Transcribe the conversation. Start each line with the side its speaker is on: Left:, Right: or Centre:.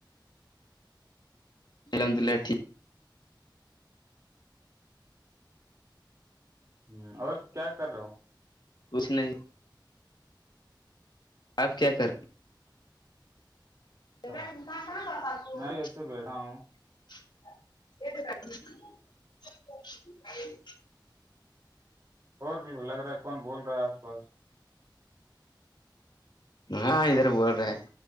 Left: الحمد للہ ٹیک
Right: ھم اور کیا کر رہے ہو
Left: کچھ نہیں آپ کیا کر <unintelligible>
Right: اچھا، میں ایسے بیٹھا ہوں
Left: <inaudible>
Right: اور بھی لگ رہا ہے کون بول رہا ہے آس پاس
Left: ہاں ادھر بول رہے ہے